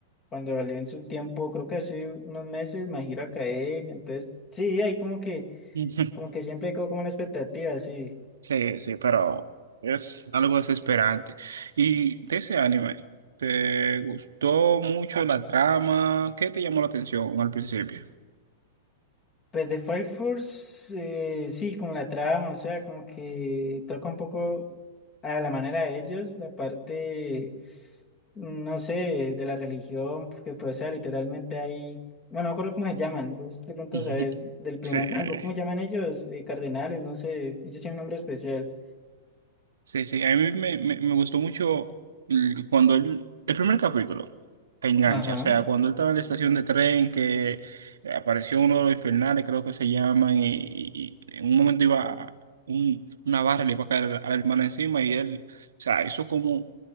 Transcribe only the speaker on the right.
<laughs>
Sí, sí, pero es algo desesperante. ¿Y de ese anime, te gustó mucho la trama? ¿Qué te llamó la atención al principio?
<laughs>
Sí.
Sí, sí, a mí me, me, me gustó mucho el- cuando él, el primer capítulo te engancha,
o sea, cuando él estaba en la estación de tren que apareció uno de los infernales, creo que se llaman, y, y- y en un momento iba a- un, una barra, le iba a caer a la hermana encima y él, o sea, hizo como